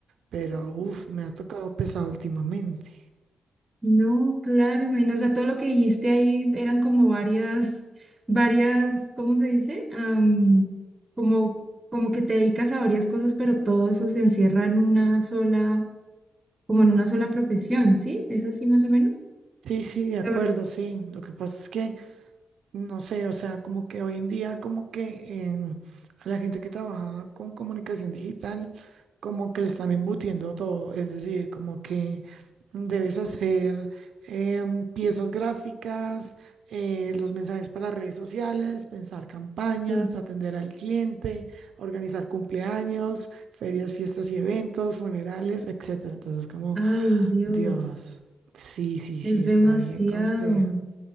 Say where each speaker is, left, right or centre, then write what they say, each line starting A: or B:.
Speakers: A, on the right; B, on the right.
A: Pero uff, me ha tocado pesado últimamente.
B: No, claro, imagino, o sea, todo lo que dijiste ahí eran como varias, varias, ¿cómo se dice? Am, como, como que te dedicas a varias cosas, pero todo eso se encierra en una sola, como en una sola profesión, ¿sí? ¿Es así más o menos?
A: Sí, sí, de
B: O
A: acuerdo,
B: sea,
A: sí. Lo que pasa es que No sé, o sea, como que hoy en día, como que em, a la gente que trabaja con comunicación digital, como que le están embutiendo todo, es decir, como que debes hacer em, piezas gráficas, eh, los mensajes para redes sociales, pensar campañas,
B: Sí.
A: atender al cliente, organizar cumpleaños, ferias, fiestas y eventos, funerales, etcétera. Entonces, como,
B: Ay, Dios,
A: Dios, sí, sí, sí,
B: es demasiado.
A: está bien complejo.